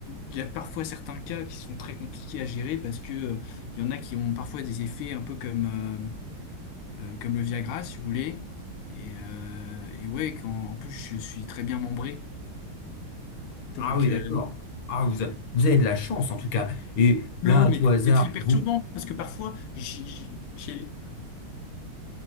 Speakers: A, on the left; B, on the left.
A: il y a parfois certains cas qui sont très compliqués à gérer parce que euh, il y en a qui ont parfois des effets un peu comme, euh, euh, comme le Viagra, si vous voulez. Et, euh, et ouais, quand, en plus, je suis très bien membré. Donc,
B: Ah oui,
A: euh,
B: d'accord. Ah, vous, a- vous avez de la chance en tout cas. Et
A: non,
B: là, à
A: mais
B: tout hasard,
A: c'est très perturbant
B: vous...
A: parce que parfois, j'ai... j'ai- j'ai-